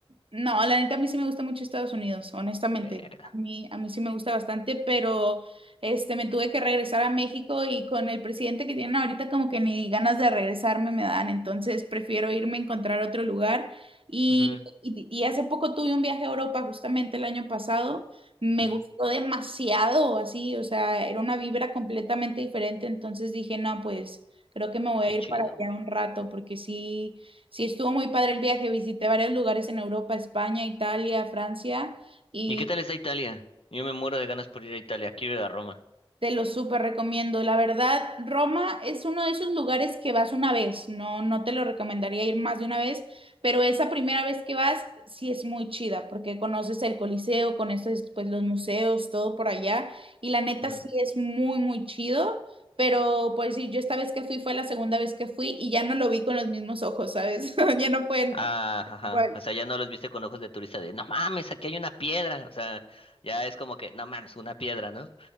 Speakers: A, on the right; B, on the left.
A: No, la neta a mí sí me gusta mucho Estados Unidos, honestamente.
B: Verga.
A: A mí, a mí sí me gusta bastante, pero este, me tuve que regresar a México y con el presidente que tienen ahorita como que ni ganas de regresarme me dan, entonces prefiero irme a encontrar otro lugar. Y,
B: Ujú,
A: y, y hace poco tuve un viaje a Europa, justamente el año pasado, me
B: ujú.
A: gustó demasiado, así, o sea, era una vibra completamente diferente, entonces dije, no, pues creo que me voy
B: Qué
A: a ir
B: chido,
A: para allá
B: güey.
A: un rato porque sí. Sí, estuvo muy padre el viaje. Visité varios lugares en Europa, España, Italia, Francia y
B: ¿Y qué tal está Italia? Yo me muero de ganas por ir a Italia, quiero ir a Roma.
A: te lo súper recomiendo. La verdad, Roma es uno de esos lugares que vas una vez. No, no te lo recomendaría ir más de una vez, pero esa primera vez que vas sí es muy chida porque conoces el Coliseo, conoces pues los museos, todo por allá y la neta
B: Ujú.
A: sí es muy, muy chido. Pero pues sí, yo esta vez que fui fue la segunda vez que fui y ya no lo vi con los mismos ojos, ¿sabes? <laughs> Ya no fue
B: Ah, ajá.
A: igual.
B: O sea, ya no los viste con ojos de turista de, no mames, aquí hay una piedra. O sea, ya es como que, no mames, una piedra, ¿no?